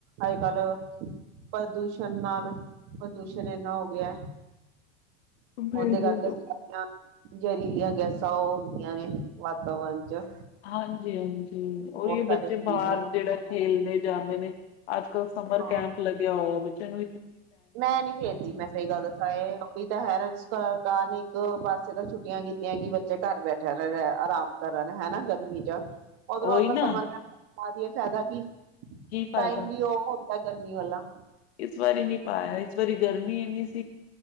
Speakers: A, on the right; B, on the left.
A: ਅੱਜ ਕੱਲ ਪ੍ਰਦੂਸ਼ਣ ਨਾਲ ਪ੍ਰਦੂਸ਼ਣ ਇਨਾ ਹੋ ਗਿਆ।
B: ਬਿਲਕੁਲ
A: ਔਂਦੇ ਕਰਕੇ ਸਾਰੀਆ ਜਰੀਲੀਆਂ ਗੈਸਾਂ ਔ ਹੁੰਦੀਆਂ ਨੇ। ਵਾਤਾਵਰਨ ਚ
B: ਹਾਂਜੀ ਹਾਂਜੀ। ਔਹੀ
A: ਬਹੁਤ
B: ਬੱਚੇ
A: ਸਾਡੇ ਸਰੀਰ
B: ਬਾਰ
A: ਨੂੰ
B: ਜਿਹੜਾ ਖੇਲਣੇ ਜਾਂਦੇ ਨੇ, ਅੱਜ ਕਲ ਸਮਰ
A: ਹਾਂ
B: ਕੈਂਪ ਲੱਗਿਆ ਹੋਇਆ, ਚਲੋ।
A: ਮੈਂ ਨੀ ਭੇਜਦੀ ਮੈਂ ਸਹੀ ਗੱਲ ਦੱਸਾਂ ਇਹ ਵੀ ਤਾਂ ਹੈ ਨਾ ਜਿਸ ਕਾਰਨ। <unintelligible> ਜਦੋ ਛੁੱਟੀਆਂ ਕੀਤੀਆਂ ਕਿ ਬੱਚੇ ਘਰ ਬੈਠਣ ਆਰਾਮ ਕਰਨ ਹੇਨਾ ਗਰਮੀ ਚ ਉਧਰੋਂ
B: ਉਹੀ
A: ਆਪਾਂ
B: ਨਾ
A: ਸਮਰ ਕੈਮ ਪਾ ਦੀਏ ਫਾਇਦਾ ਕੀ?
B: ਕੀ ਫਾਇਦਾ
A: ਟਾਈਮ ਵੀ ਔਹ ਗਰਮੀ ਵਾਲਾ
B: ਇਸ ਵਾਰੀ ਨੀ ਪਾਇਆ ਇਸ ਵਾਰੀ ਗਰਮੀ ਏਨੀ ਸੀ।